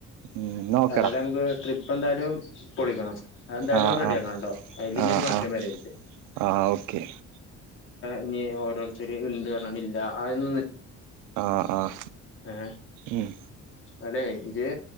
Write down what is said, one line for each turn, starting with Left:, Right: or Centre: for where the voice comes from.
Right: ഉം നോക്കട
Left: അതായത് നമുക്ക് ട്രിപ്പ് എന്തായാലും പൊളിക്കണം അ എന്തായാലും
Right: ആ
Left: റെഡിയാക്കണം
Right: ആ
Left: കേട്ടോ അതില് ഇഞ്ഞൊരു
Right: ആ
Left: മാറ്റം
Right: ആ
Left: വരെരുത്
Right: ആ ഓക്കെ
Left: ഇനി ഓരോരുത്തർ ഉണ്ട് പറഞ്ഞിട്ട് ഇല്ല അതൊ
Right: ആ ആ
Left: ഏ
Right: ഉം
Left: അതേ ഇജ്